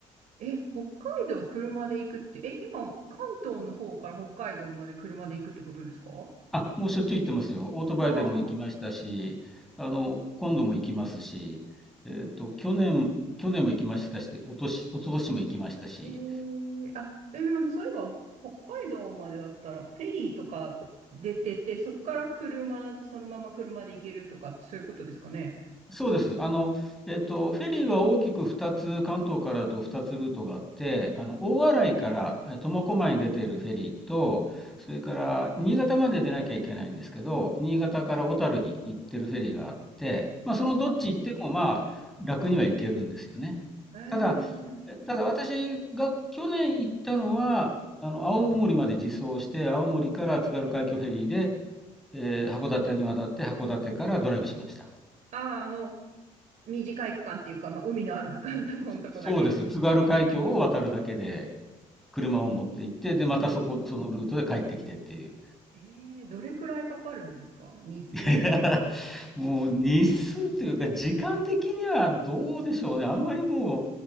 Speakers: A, on the right (about 65°); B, in the centre.
A: え、北海道車で行くって、え、今、関東の方から北海道まで車で行くってことですか
B: あ、もうしょっちゅう行ってますよ。オートバイでも行きましたし、
A: わ、
B: あの、今度も行きますし、えっと、去年、去年も行きましたし、おとし、一昨年も行きましたし、
A: えー、あ、えー、まそういえば、北海道までだったら、フェリーとか出てて、そこから車、そのまま車で行けるとか、そういうことですかね。
B: そうです。あの、えっと、フェリーは大きく2つ、関東からだと2つルートがあって、あの、大洗からえー苫小牧に出ているフェリーと、それから新潟まで出なきゃいけないんですけど、新潟から小樽に行ってるフェリーがあって、まあ、そのどっち行っても、
A: あー、
B: まあ、楽には行けるんですよね。
A: えー
B: ただ、ただ私が去年行ったのは、あの、青森まで自走して、青森から津軽海峡フェリーで、えー函館に渡って、函館からドライブしました。
A: ああ、あの、短い区間っていうか、まあ、海のある区間のとこのとこだけですね。
B: そうです。津軽海峡を渡るだけで、車を持って行って、で、またそこ、
A: え
B: そのルートで帰ってきてっていう。
A: えーどれくらいかかるんですか日数って
B: <laughs> もう日数というか、時間的にはどうでしょうね。あんまりもう、